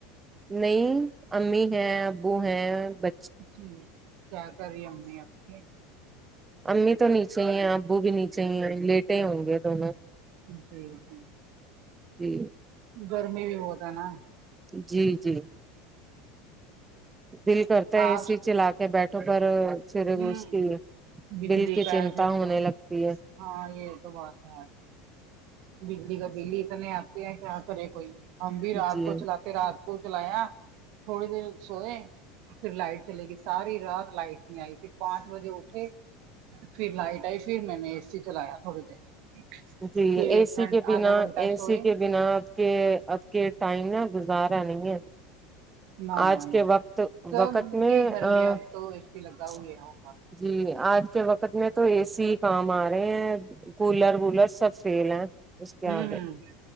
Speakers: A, on the right; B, on the right.
A: نہیں امی ہیں ابو ہیں ب
B: چے ہیں کیا کر رہی امی آپ کی
A: امی تو نیچے ہی ہیں ابو بھی نیچے ہی ہیں لیٹے ہوں گے دونوں
B: جی جی
A: جی
B: گرمی بھی بہت ہے نا
A: جی جی دل کرتا ہے
B: آج
A: اے سی چلا کے بیٹھوں پر پھر
B: ہوں
A: اس کی
B: بجلی
A: دل کی
B: کا
A: چنتا
B: ہے پھر
A: ہونے
B: تو
A: لگتی ہے
B: ہاں یہ تو بات ہے بجلی کا بل اتنے آتے ہیں کیا کرے کوئی ہم بھی رات
A: جی
B: کو چلاتے رات کو چلایا تھوڑی دیر سوئے پھر لائٹ چلے گی ساری رات لائٹ میں آئی پھر پانچ بجے اٹھے پھر لائٹ آئی پھر میں نے اے سی چلایا تھوڑی دیر
A: جی
B: پھر
A: اے
B: ایک
A: سی
B: گھن
A: کے بنا
B: آدھا گھنٹہ
A: اے
B: سوئے
A: سی کے بنا کہ اب کے ٹائم نا گزارا نہیں ہے
B: نہ
A: آج
B: نہ نہ
A: کے وقت
B: سب
A: وقت میں
B: کے گھر
A: ا پچ
B: میں اب تو اے سی لگا ہوئے ہوگا
A: جی آج کے وقت میں تو اے سی کام آ رہے ہیں کولر ولر سب فیل ہے اس
B: ہوں
A: کے آگے
B: ہوں